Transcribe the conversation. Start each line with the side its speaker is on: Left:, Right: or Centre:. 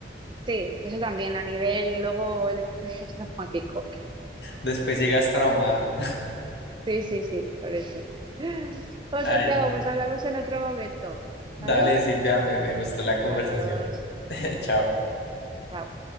Right: sí, eso también a nivel luego el estrés postraumático.
Left: Después llegas traumada.
Right: Sí, sí, sí, por eso. <gasps>
Left: <laughs>
Right: Pues Santiago, pues hablamos en otro momento,
Left: Dale,
Right: ¿vale?
Left: Silvia, me, me gustó la conversación.
Right: Adiós.
Left: <laughs> Chao.
Right: Chao.